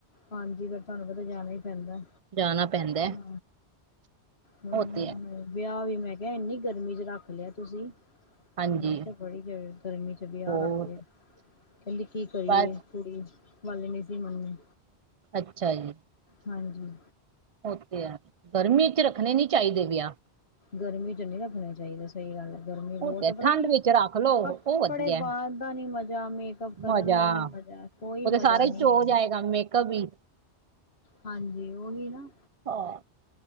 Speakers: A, on the left (about 65°); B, on the right (about 60°).
A: ਹਾਂਜੀ ਫ ਤੁਹਾਨੂੰ ਪਤਾ ਜਾਣਾ ਹੀਈ ਪੈਂਦਾ
B: ਜਾਣਾ ਪੈਂਦਾ ਹੈ।
A: ਹਮ ਹਮ
B: ਉਹ ਤੇ ਹੈ
A: ਵਿਆਹ ਵੀ ਮੈਂ ਕਿਹਾ ਇੰਨੀ ਗਰਮੀ ਚ ਰੱਖ ਲਿਆ ਤੁਸੀਂ
B: ਹਾਂਜੀ
A: ਮੈਂ ਕਿਹਾ ਬੜੀ ਜ ਗਰਮੀ ਚ ਵਿਹ
B: ਬਹੁਤ
A: ਰੱਖ ਗਿਆ ਕਹਿੰਦੀ ਕੀ ਕਰੀਏ
B: ਬਸ
A: ਕੁੜੀ ਵਾਲੱਲੇ ਨਹੀਂ ਸੀ ਮੰਨੇ
B: ਅੱਛਾ ਜੀ
A: ਹਾਂਜੀ
B: ਉ ਤੇ ਹੈ ਗਰਮੀ ਚ ਰੱਖਣੇ ਨੀ ਚਾਹੀਦੇ ਵਿਆਹ
A: ਗਰਮੀ ਚ ਨਹੀਂੀ ਰੱਖਣੇ ਚਾਹੀਦੇ ਸਹੀ ਗੱਲ ਗਰਮੀ ਬਹੁਤ
B: ਉਹ ਤੇ ਹੈ,
A: ਆ ਪਤਾ
B: ਠੰਡ
A: ਕੀ
B: ਵਿੱਚ ਰੱਖ ਲੋ ਉਹ
A: ਕੱਪੜੇ
B: ਵਧੀਆ
A: ਪਾਉਣ
B: ਹੈ।
A: ਦਾ ਨੀ ਮਜ਼ਾ ਮੇਕਅਪ ਕਰਨ
B: ਮਜ਼ਾ
A: ਦਾ ਨੀ ਮਜ ਕੋਈ
B: ਉਹ ਤੇ
A: ਮਜ਼ਾ
B: ਸਾਰਾ
A: ਨਹੀਂ
B: ਹੀ ਚੋ
A: ਹੈ
B: ਜਾਏਗਾ ਮੇਕਅਪ ਵੀ
A: ਹਾਂਜੀ ਔਹੀ ਨਾ
B: ਹਾਂ